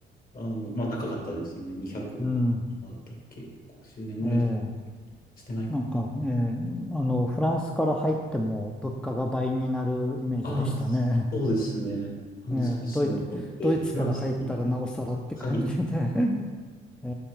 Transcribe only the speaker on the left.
あの、まあ高かったですね。200、
あだったっけ ?50 円ぐらいしたのかなしてないか。
ああ、そうですね。なんでスイスの人って、
フランスに、はい、